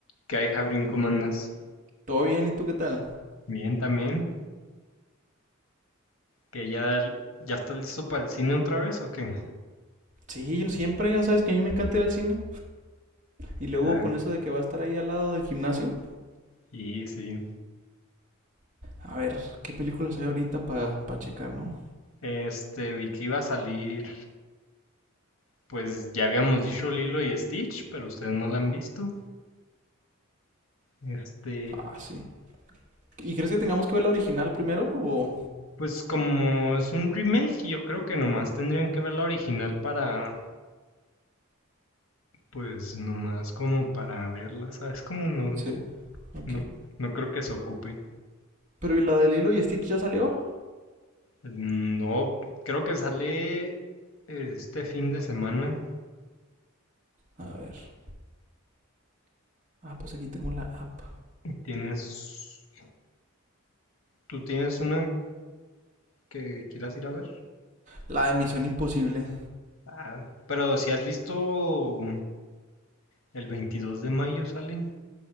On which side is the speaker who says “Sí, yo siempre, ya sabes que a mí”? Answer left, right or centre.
Right